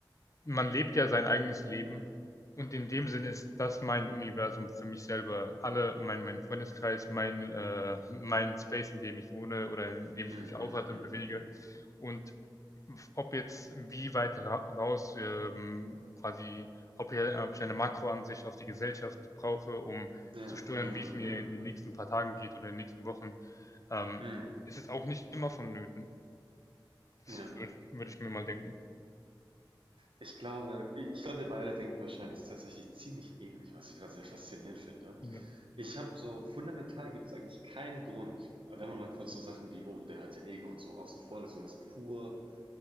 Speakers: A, on the left; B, on the right.
A: man lebt ja sein eigenes Leben
B: mm,
A: und in dem
B: mm,
A: Sinn ist das mein Universum für mich selber. Alle, mein, mein Freundeskreis, mein, äh, mein Space, in dem ich wohne oder in dem ich
B: mm, mm,
A: mich aufhalte und bewege.
B: mm.
A: Und ob jetzt wie weit ra- raus ähm, quasi, ob, hier, ob ich eine Makroansicht auf die Gesellschaft brauche, um
B: Ja,
A: zu steuern,
B: ja,
A: wie es mir
B: ja,
A: in
B: ja.
A: den nächsten paar Tagen geht oder in den nächsten Wochen, ähm,
B: Mm,
A: ist es auch nicht immer vonnöten. Das
B: ja.
A: würde würd würd ich mir mal denken.
B: Ich glaube, ich ich glaube, wir beide denken wahrscheinlich tatsächlich ziemlich ähnlich, was ich gerade sehr faszinierend finde.
A: Ja,
B: Ich habe so, fundamental gibt es eigentlich keinen Grund, wenn man mal kurz so Sachen wie, oh, der hat ja Ego und so außen vor lässt und das pur